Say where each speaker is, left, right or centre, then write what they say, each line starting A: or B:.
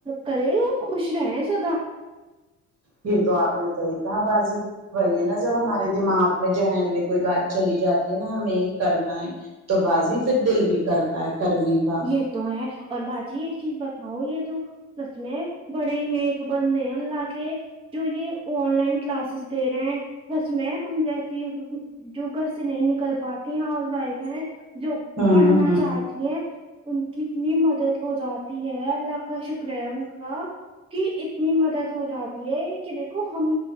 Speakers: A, on the right (about 20°); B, on the right (about 55°).
A: کرے وہ خوش رہے سدا
B: یہ تو آپ نے صحی کہ باجی وہی ہے نا جب ہمارے دماغ میں ذہن میں کوئی بات چلی جاتی ہے نا ہمیں یہ کرنا ہے تو بازی پھر دل بھی کرتا ہے کرنے کا
A: یہ تو ہے اور باجی ایک چیز بتاؤ یہ جو سچ میں بڑے نیک بند ہیں لا کے جو یہ آن لائن کلاسز دے رہے ہیں اس میں ہم جیسی جو گھر سے نہیں نکل پاتی ہاؤس وائف ہیں جو
B: ہوں
A: پڑھنا
B: ہوں
A: چاہتی ہیں ان کی اتنی مدد ہو جاتی ہے اللہ کا شکر ہے ان کا کی اتنی مدد ہو جاتی ہے کہ دیکھو ہم